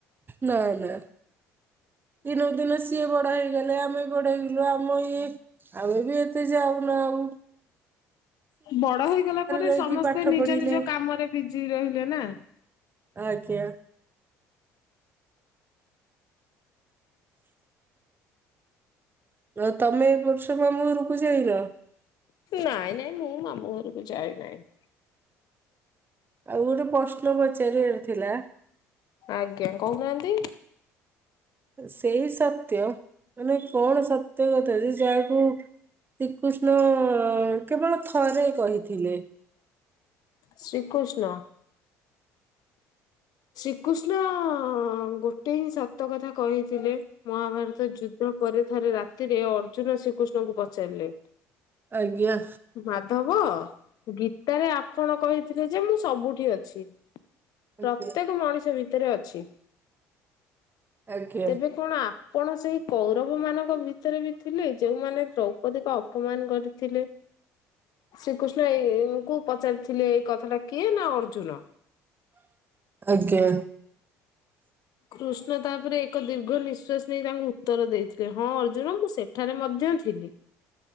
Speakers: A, on the right; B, on the left.
A: ନା ନା। ଦିନକୁ ଦିନ ସିଏ ବଡ ହେଇଗଲେ ଆମେ ବଡ ହେଇଗଲୁ ଆମ ଇଏ ଆମେ ବି ଏତେ ଯାଉ ନାଉ।
B: ବଡ ହେଇଗଲା ପରେ
A: ରହିକି
B: ସମସ୍ତେ
A: ପାଠ
B: ନିଜ
A: ପଢିଲେ।
B: ନିଜ କାମରେ ବିଜି ରହିଲେ ନା
A: ଆଜ୍ଞା। ଆଉ ତମେ ଏ ବର୍ଷ ମାମୁଁ ଘରକୁ ଯାଇନ?
B: ନାଇଁ ନାଇଁ ମୁଁ ମାମୁଁ ଘରକୁ ଯାଏ ନାହିଁ।
A: ଆଉ ଗୋଟେ ପ୍ରଶ୍ନ ପଚାରିବାର ଥିଲା
B: ଆଜ୍ଞା କହୁନାହାନ୍ତି।
A: ସେଇ ସତ୍ୟ ମାନେ କଣ ସତ୍ୟ କଥା ଯେ ଯାହାକୁ ଶ୍ରୀକୃଷ୍ଣ କେବଳ ଥରେ କହିଥିଲେ?
B: ଶ୍ରୀକୃଷ୍ଣ ଶ୍ରୀକୃଷ୍ଣ ଗୋଟେ ହିଁ ସତ କଥା କହିଥିଲେ ମହାଭାରତ ଯୁଦ୍ଧ ପରେ ଥରେ ରାତିରେ ଅର୍ଜୁନ ଶ୍ରୀକୃଷ୍ଣଙ୍କୁ ପଚାରିଲେ
A: ଆଜ୍ଞା।
B: ମାଧବ ଗୀତାରେ ଆପଣ କହିଥିଲେ ଯେ ମୁଁ ସବୁଠି ଅଛି ପ୍ରତ୍ୟେକ
A: ଆଜ୍ଞା
B: ମଣିଷ ଭିତରେ ଅଛି
A: ଆଜ୍ଞା
B: ତେବେ କଣ ଆ କଣ ସେଇ କୌରବ ମାନଙ୍କ ଭିତରେ ବି ଥିଲେ ଯୋଉମାନେ ଦ୍ରୌପଦୀକୁ ଅପମାନ କରିଥିଲେ? ଶ୍ରୀକୃଷ୍ଣ ଏଇ ଙ୍କୁ ପଚାରିଥିଲେ ଏଇ କଥା ଟା କିଏ ନା ଅର୍ଜୁନ।
A: ଆଜ୍ଞା।
B: କୃଷ୍ଣ ତାପରେ ଏକ ଦୀର୍ଘ ନିଶ୍ୱାସ ନେଇ ତାଙ୍କୁ ଉତ୍ତର ଦେଇଥିଲେ ହଁ ଅର୍ଜୁନ ମୁଁ ସେଠାରେ ମଧ୍ୟ ଥିଲି। <inaudible>